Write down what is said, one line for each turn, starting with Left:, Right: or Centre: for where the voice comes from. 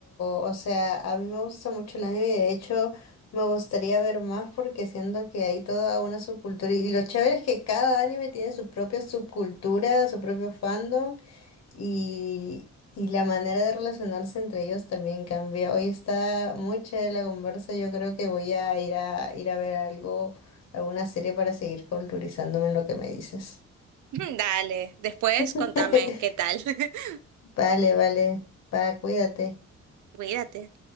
Left: o sea, a mí me gusta mucho el anime y de hecho me gustaría ver más porque siento que hay toda una subcultura y lo chévere es que cada anime tiene su propia subcultura, su propio fandom y, y la manera de relacionarse entre ellos también cambia. Hoy está muy chévere la conversa, yo creo que voy a ir a ir a ver algo, alguna serie para seguir culturizándome en lo que me dices.
Right: <laughs> Dale, después
Left: <laughs>
Right: contame qué tal. <laughs>
Left: Vale, vale, va, cuídate.
Right: Cuídate.